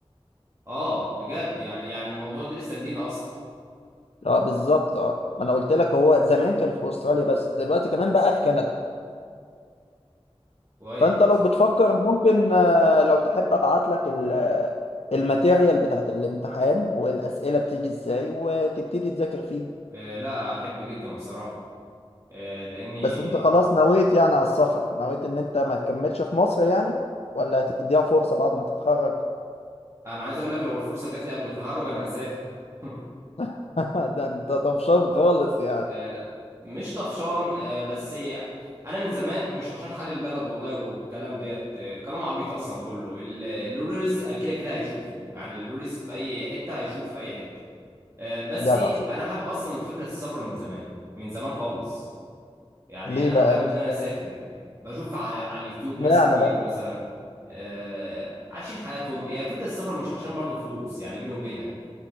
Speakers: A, on the right; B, on the left.
A: اه بجد يعني يعني الموضوع ده لسه جديد اصلا
B: اه بالظبط اه ما انا قلت لك هو زمان كان في استراليا بس دلوقتي كمان بقى في كندا
A: كويس
B: فانت لو بتفكر ممكن آه، لو تحب ابعت لك ال- آه، الماتيريال بتاعت الامتحان والاسئله بتيجي ازاي وتبتدي تذاكر فيهم
A: آه لا احب جدا بصراحه آه لاني
B: بس انت خلاص نويت يعني على السفر نويت ان انت ما تكملش في مصر يعني ولا هتديها فرصه بعد ما تتخرج
A: انا عايز اقول لك لو الفرصه جات لي قبل التخرج انا هسافر <laughs>
B: <laughs> ده انت طفشان خالص يعني
A: آه، مش طفشان آه، بس انا من زمان مش عشان حال البلد والله والكلام ديت آه، كلام عبيط اصلا كله ال- الرولز كده كده هيشوفه يعني الرولز في اي حته هيشوف في اي حته آه، بس
B: جدع صدقني
A: انا حابب اصلا فكره السفر من زمان من زمان خالص يعني
B: ليه بقى
A: انا حابب
B: نفسي
A: ان انا اسافر بشوف على, على اليوتيوب
B: اشمعنى
A: ناس كتير
B: بقى
A: مثلا آه، عايشين حياتهم هي فكره السفر مش عشان برضو فلوس يعني بيني وبينك